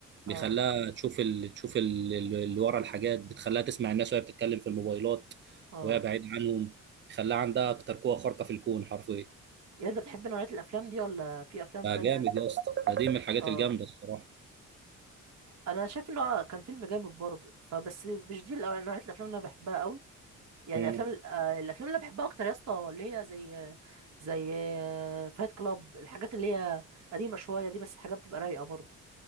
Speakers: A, on the right; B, on the right.
A: بيخليها
B: اه
A: تشوف ال... تشوف ال... ال- اللي ورا الحاجات بتخليها تسمع الناس وهي بتتكلم في الموبايلات
B: اه
A: وهي بعيد عنهم بيخليها عندها اكتر قوة خارقة في الكون حرفيا
B: يعني انت بتحب نوعية الافلام دي ولا في افلام
A: فجامد
B: تانية
A: يا اسطى ده دي من الحاجات
B: اه
A: الجامدة الصراحة
B: انا شايف ان هو كان فيلم جامد برضه فبس مش دي الأ- نوعية الافلام اللي انا بحبها قوي يعني
A: مم.
B: افلام ال- آه، الافلام اللي بحبها اكتر يا اسطى اللي هي زي زي فايت كلاب الحاجات اللي هي قديمة شوية دي بس حاجات بتبقى رايقة برضه